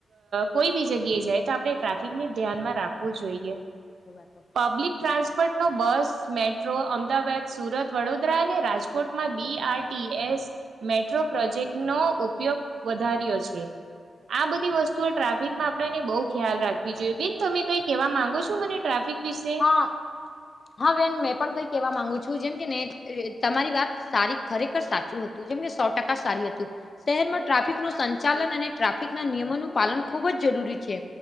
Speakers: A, on the right; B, on the left.
A: કોઈ બી જગ્યાએ જાય તો આપણે ટ્રાફિકને ધ્યાનમાં રાખવું જોઈએ.
B: હવા તો.
A: પબ્લિક ટ્રાન્સપોર્ટનો બસ મેટ્રો અમદાવાદ સુરત વડોદરા અને રાજકોટમાં B R T S metro project નો ઉપયોગ વધાર્યો છે. આ બધી વસ્તુઓ ટ્રાફિકમાં આપને બહુ ખ્યાલ રાખવી જોઈએ. બેન તમે કઈ કેહેવા માંગો છો મને ટ્રાફિક વિશ શે.
B: હા. હા બેન મેં પણ કઈ કેહેવા માંગુ છું જેમ કે ને તમારી વાત સારી ખરેખર સાચું હ તું જેમને સો ટકા સારી હતું. શહેરમાં ટ્રાફિક નું સંચાલન અને ટ્રાફિક ના નિયમોનું પાલન ખુબ જ જરૂરી છે.